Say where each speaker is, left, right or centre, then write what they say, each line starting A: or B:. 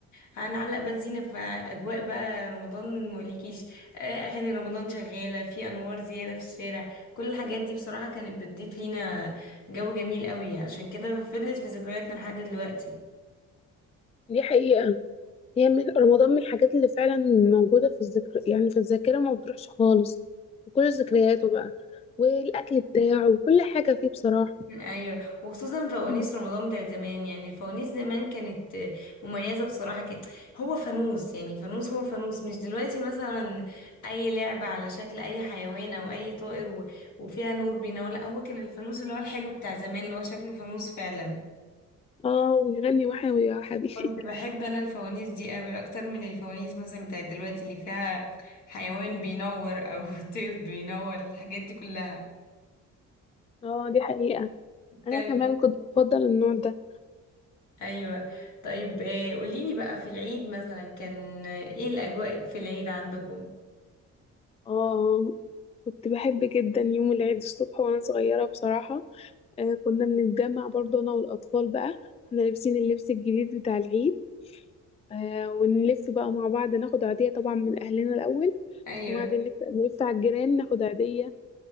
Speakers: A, on the left; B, on the left.
A: هنعلق بقى الزينة في أجواء بقى رمضان مقولكيش آه، أغاني رمضان شغالة في أنوار زيادة في الشارع كل الحاجات دي بصراحة كانت بتضيف لينا جو جميل قوي عشان كده فضلت في ذكرياتنا لحد دلوقتي
B: دي حقيقة هي من رمضان من الحاجات اللي فعلا موجودة في الذكر يعني في الذاكرة ما بتروحش خالص وكل ذكرياته بقى والأكل بتاعه وكل حاجة فيه بصراحة
A: ايوه وخصوصا فوانيس
B: مم.
A: رمضان بتاعت زمان يعني الفوانيس زمان كانت مميزه بصراحه كان هو فانوس يعني فانوس هو فانوس مش دلوقتي مثلا اي لعبه على شكل اي حيوان او اي طائر و... وفيها نور بينور لا هو كان الفانوس اللي هو الحلو بتاع زمان اللي هو شكله فانوس فعلا
B: اه ويغني وحيوي يا حبيبي
A: كنت بحب انا الفوانيس دي قوي اكتر من الفوانيس مثلا بتاعت دلوقتي اللي فيها حيوان بينور او <laughs> طير بينور الحاجات دي كلها
B: <laughs> اه دي حقيقة أنا
A: طيب
B: كمان كنت بفضل النوع ده
A: ايوه طيب آه، قوليلي بقى في العيد مثلا كان آه، ايه الاجواء في العيد عندكم
B: اه كنت بحب جدا يوم العيد الصبح وأنا صغيرة بصراحة آه كنا بنتجمع برضه أنا والأطفال بقى احنا لابسين اللبس الجديد بتاع العيد آه ونلف بقى مع بعض ناخد عيدية طبعا من أهلنا الأول
A: ايوه
B: وبعدين نبدأ نلف على الجيران ناخد عيدية